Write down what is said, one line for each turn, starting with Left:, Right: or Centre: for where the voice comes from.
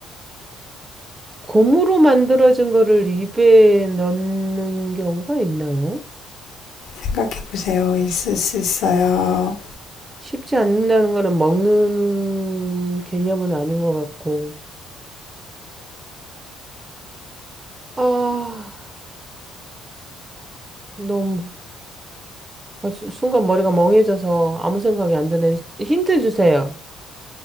Right: 고무로 만들어진 거를 입에 넣는 경우가 있나요?
Left: 생각해 보세요. 있을 수 있어요.
Right: 쉽지 않는다는 거는 먹는 개념은 아닌 것 같고. 아, 너무. 아, 수- 순간 머리가 멍해져서 아무 생각이 안 드네. 힌트 주세요.